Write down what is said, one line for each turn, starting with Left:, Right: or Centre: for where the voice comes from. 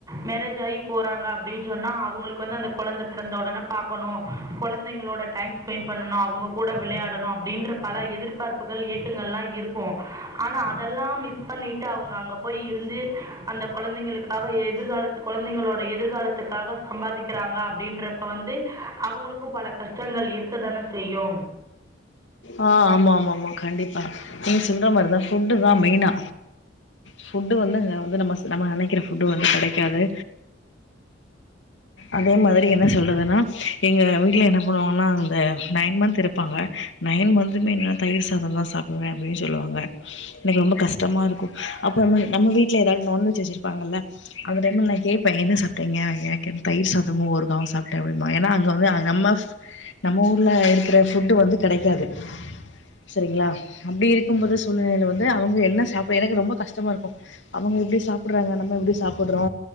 Right: மேரேஜ் ஆயி போறாங்க அப்டினு சொன்னா அவங்களுக்கு வந்து அந்த கொழந்த பிறந்த உடனே பாக்கணு குழந்தைங்களோட டைம் ஸ்பென்ட் பண்ணணு அவங்க கூட வெளையாடனு அப்டின்ற பல எதிர்பார்ப்புகள் ஏக்கங்கள்லா இருக்கு ஆனா அதெல்லா மிஸ் பண்ணிட் அவங்க அங்க போய் இருந்து அந்த கொழந்தைங்களுக்காக எதிர்காலத்து கொழந்தைங்களோட எதிர்காலத்துக்காக சம்பாதிக்கிறாங்க அப்டின்றப்ப வந்து அவங்களுக்கு பல கஷ்டங்கள் இருக்க தானே செய்யு
Left: ஆஹ் ஆமா ஆமா ஆமா கண்டிப்பா நீங்க சொல்ற மாதிரிதா ஃபுட்டுதா மெயினா ஃபுட்டு வந்து அ வந்து நம்ம சு நம்ம நெனைக்குற ஃபுட்டு வந்து கெடைக்காது அதே மாதிரி என்ன சொல்றதுன்னா எங்க வீட்ல என்ன பண்ணுவாங்கன்னா இந்த நைன் மந்த் இருப்பாங்க நைன் மந்த்துமே என் நா தயிர் சாத தா சாப்பிடுவே அப்டின்னு சொல்லுவாங்க எனக்கு ரொம்ப கஷ்டமா இருக்கு அப்போமே நம்ம வீட்ல ஏதாவது நான்வெஜ் வச்சுருப்பாங்கள்ல அந்த டைம்ல நா கேப்பே என்ன சாப்ட்டீங்க அப்டின் நா கேப் தயிர் சாதமோ ஊருக்காவோ சாப்ட்டே அப்டிபாங்க ஏன்னா அங்க வந்து நம்ம நம்ம ஊர்ல இருக்குற ஃபுட்டு் வந்து கெடைக்காது சரிங்களா அப்டி இருக்கும் போது சூழ்நிலில வந்து அவங்க என்ன சாப்பிட எனக்கு ரொம்ப கஷ்டமா இருக்கு அவங்க இப்டி சாப்பாடுறாங்க நம்ம இப்டி சாப்பிடுறோ